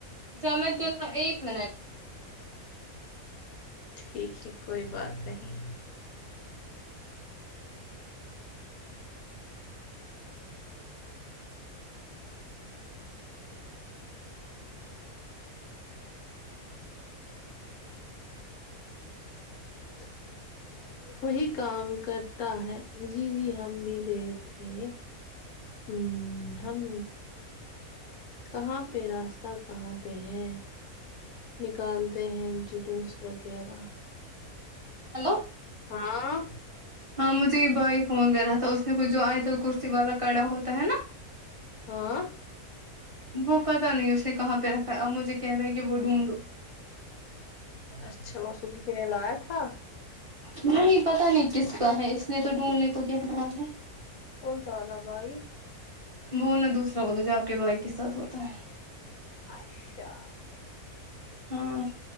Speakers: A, on the right; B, on the left.
A: جمت دن ایک منٹ
B: ٹھیک ہے کوئی بات نہیں تو وہی کام کرتا ہے جی جی ہم بھی گئے تھے ہمم ہم کہاں پہ راستہ کہاں پہ ہے نکالتے ہیں جلوس وغیرہ
A: ہلو
B: ہاں
A: ہاں مجھے یہ بھائی فون کرا تھا اس نے کچھ جو آئتلکرسی والا کڑا ہوتا ہے نا
B: ہاں
A: وہ پتا نہیں اس نے کہاں پہ رکھا ہے اب مجھے کہہ رہا ہے کہ وہ ڈھونڈو
B: اچھا واں سے کسی نے لایا تھا
A: نہیں پتہ نہیں کس کا ہے اس لیے تو ڈھونڈنے کو کہ رہا ہے
B: کون سالا بھائی
A: وہ نہ دوسرا والا جو آپ کے بھائی کے ساتھ ہوتا ہے
B: اچھا
A: ہاں اور